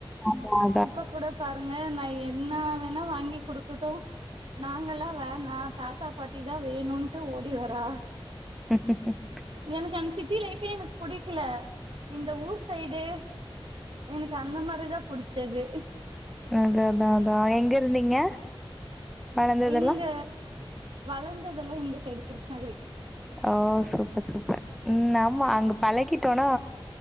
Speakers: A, in the centre; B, on the right (about 65°).
A: ஆம்மா
B: இப்ப கூட பாருங்க நை டு என்னா வேணா வாங்கி குடுக்கட்டும் நாங்கெல்லா வேணா தாத்தா பாட்டி தா வேணுன் டு ஓடி வரா
A: ம்.
B: எனக்கு அந் சிட்டி லைஃபே எனக் புடிக்கெல இந்த ஊர் சைடு எனக்கு அந்த மாரி தா புடிச் சது
A: அத அதா அதா எங்க இருந்தீங்க வளர்ந்ததெல்லாம்?
B: இங்க வழந்ததெல்லா இந்த சைடு கிருஷ்ணகிரி
A: ஆ சூப்பர் சூப்பர் ம் நம்ம அங்கப் பழகிட்டோனா